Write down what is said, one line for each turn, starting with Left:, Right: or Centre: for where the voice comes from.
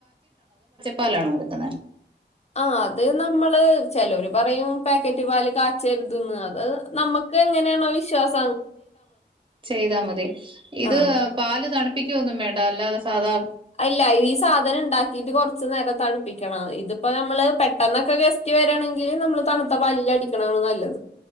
Right: പാലാണോ എടുക്കുന്നെ
Left: ആ അത് നമ്മള് ചെലോര്പറയും പേക്കറ്റ്പാൽ കാച്ചര് - ത് ന്ന് അത് നമ്മ - ഇതെങ്ങനെ ആണോ വിശ്വാസത്തി -
Right: ചെയ്ത മതി. ഇത്
Left: ആ
Right: പാല് പ്പിക്കൊന്നും വേണ്ട. അല്ലാതെ സാധാ
Left: അല്ല ഈ സാധനം ഉണ്ടാക്കിയിട്ട് കുറച്ചു നേരം തണുപ്പിക്കണം. ഇതിപ്പോ നമ്മള് പെട്ടെന്നൊക്കെ ഗസ്റ്റ്‌ വരാണെങ്കിൽ തണുത്ത പാലിൽ അടിക്കണത നല്ലത്.